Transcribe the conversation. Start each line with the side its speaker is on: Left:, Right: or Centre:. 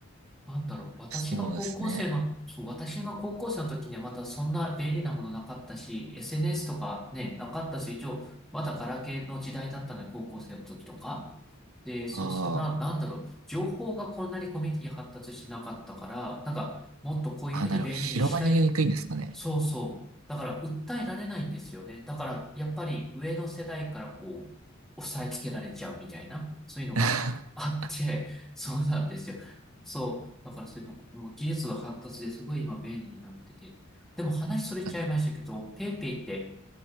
Centre: なんだろう、私が高校生の、
Right: そうですね。
Centre: そう、私が高校生の時にはまたそんな便利なものなかったし、SNS とかね、なかったし、一応、まだガラケーの時代だったので、高校生の時とか。で、そうするとな、
Right: ああ。
Centre: なんだろう、情報がこんなにコミュニティ発達してなかったから、なんか、もっとこういうふうに便利にしたい
Right: あ、なるほど。広まりにくいんですかね。
Centre: そうそう。だから訴えられないんですよね。だからやっぱり上の世代からこう、押さえつけられちゃうみたいな、そういうのがあって、
Right: <laughs> 確
Centre: そうなんですよ。そう。だからそういうのがあって、もう技術が発達ですごい今便利になってて。でも話それちゃいましたけど、
Right: かに。
Centre: ペイペイって、